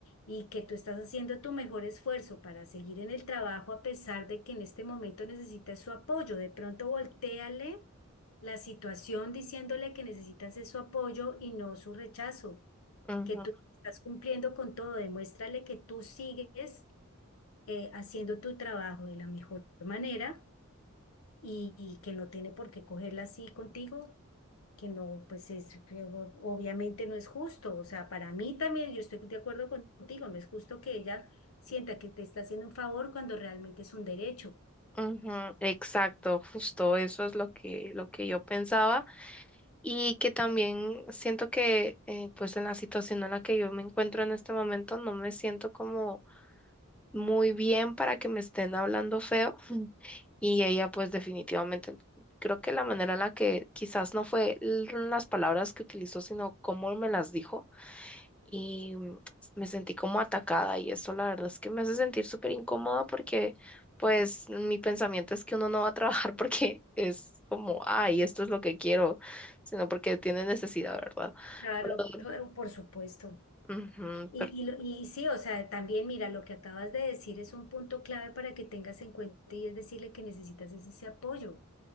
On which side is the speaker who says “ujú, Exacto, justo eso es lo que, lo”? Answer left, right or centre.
Centre